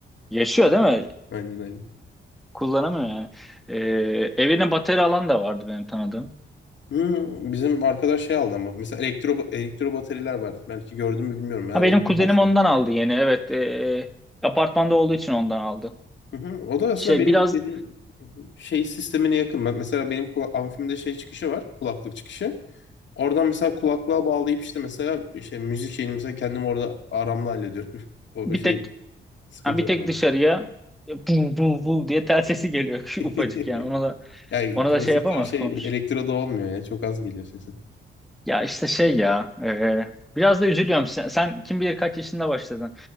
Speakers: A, in the centre; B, on the left.
A: yaşıyor değil mi?
B: Aynen aynen.
A: Kullanamıyor yani. Ee, evine bateri alan da vardı benim tanıdığım.
B: Hmm, bizim arkadaş şey aldı ama. Mesela elektro, elektro bataryalar var. Belki gördün mü bilmiyorum. Eğer
A: Ha, benim
B: elinde
A: kuzenim
B: varsa.
A: ondan aldı yeni. Evet, e, apartmanda olduğu için ondan aldı.
B: Hı hı. O da aslında
A: Şey
B: benim
A: biraz
B: dediğim şey sistemine yakın. Ben, mesela benim kulak, amfimde şey çıkışı var. Kulaklık çıkışı. Oradan mesela kulaklığa bağlayıp işte mesela şey müzik şeyini mesela kendim orada aramla hallediyorum. <laughs> O
A: bir
B: şey
A: tek
B: sıkıntı
A: ha, bir
B: var
A: tek dışarıya bu bu bu diye tel sesi geliyor <laughs> şu
B: <laughs>
A: ufacık yani. Ona da
B: Yani
A: ona
B: klasikle
A: da şey yapamaz
B: o şey
A: komşu.
B: elektroda olmuyor ya. Çok az geliyor sesi.
A: Ya işte şey ya e, biraz da üzülüyorum. Sen, sen kim bilir kaç yaşında başladın.